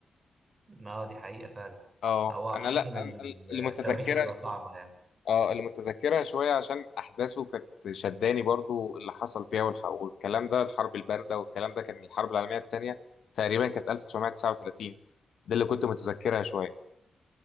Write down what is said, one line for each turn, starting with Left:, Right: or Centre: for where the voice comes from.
Right: اه دي حقيقة فعلا
Left: اه
Right: هو عامة
Left: انا لا أنا اللي
Right: التواريخ
Left: متذكرها
Right: بتبقى صعبة يعني
Left: اه اللي متذكرها شويه عشان احداثه كانت شداني برضو اللي حصل فيها والح- والكلام ده الحرب البارده والكلام ده كان الحرب العالميه الثانيه تقريبا كانت 1939 ده اللي كنت متذكرها شويه